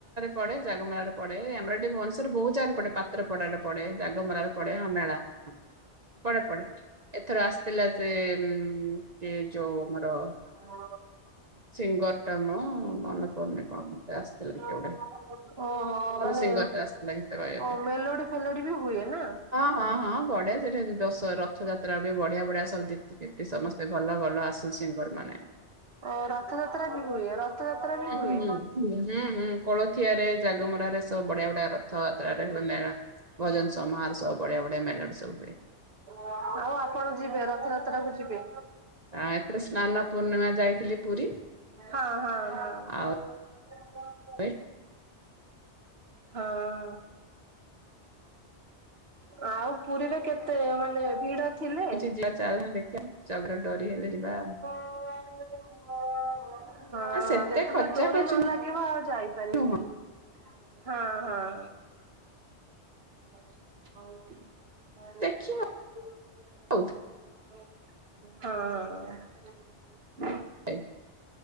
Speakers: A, on the right; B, on the right.
A: ପଡ଼େ ଜାଗମରା ରେ ପଡ଼େ। ଆମର ଏଠି ଭୁବନେଶ୍ୱର ର ବହୁତ ଜାଗାରେ ପଡ଼େ ପାତ୍ର ପଡ଼ାରେ ପଡ଼େ, ଜାଗମରା ରେ ପଡ଼େ ହଁ ମେଳା ପଡ଼େ ପଡ଼େ। ଏଥର ଆସିଥିଲା ଯେ ଉଁ ସେ ଯୋଉ ଆମର
B: ହଁ
A: ସିଙ୍ଗରଟା ମ ମନେ ପଡୁନି କଣ ଗୋଟେ ଆସିଥିଲା
B: ଓହୋଃ
A: କିଏ ଗୋଟେ ଭଲ
B: ମାନେ
A: ସିଙ୍ଗର ଟା ଆସିଥିଲା ଗୀତ ଗାଇବା
B: ଓ
A: ପାଇଁ।
B: ମେଲୋଡ଼ି ଫେଲୋଡି଼ ବି ହୁଏ ନା?
A: ହଁ ହଁ ହଁ ପଡ଼େ। ସେଠି <unintelligible> ରଥଯାତ୍ରା ବି ବଢ଼ିଆ ବଢ଼ିଆ ସବୁ୍ <unintelligible> ସମସ୍ତେ ଭଲ ଭଲ ଆସୁ ସିଙ୍ଗର ମାନେ।
B: ଓଃ ରଥଯାତ୍ରା ବି ହୁଏ? ରଥଯାତ୍ରା ବି
A: ହୁଁ
B: ହୁଏ?
A: ହୁଁ ହୁଁ ହଁ କୋଳଥିଆରେ ଜାଗମରାରେ ସବୁ ବଢ଼ିଆ ବଢ଼ିଆ ରଥଯାତ୍ରାରେ ହୁଏ ମେଳା, ଭଜନ ସମହାର ସବୁ ବଢ଼ିଆ ବଢ଼ିଆ ମେଲୋଡ଼ି ସବୁ ହୁଏ।
B: ଆଉ ଆପଣ ଯିବେ ରଥଯାତ୍ରା କୁ ଯିବେ?
A: ଆ ଏଥର ସ୍ନାନ ପୂର୍ଣ୍ଣିମା ଯାଇଥିଲି ପୁରୀ
B: ହଁ ହଁ
A: ଆଉ
B: ହଁ।
A: ଏ
B: ହଁ। ଆଉ ପୁରୀରେ କେତେ, ମାନେ ଭିଡ଼ ଥିଲେ?
A: <unintelligible> ଦେଖିବାଊ ଜଗା ର ଡୋରି ହେଲେ ଯିବା ଆଉ।
B: ହଁ ଯେତେବେଳେ
A: ଆ ସେତେ ଖର୍ଚ୍ଚା
B: ଡୋରି
A: ଖର୍ଚ୍ଚ
B: ନ ଲା ଲାଗିବ ଆଉ ଯାଇପାରିବେ
A: ନୁହଁ
B: ନି ହଁ ହଁ। <unintelligible>
A: ଦେଖି ହଉଥିଲା
B: ହଁ।
A: <unintelligible>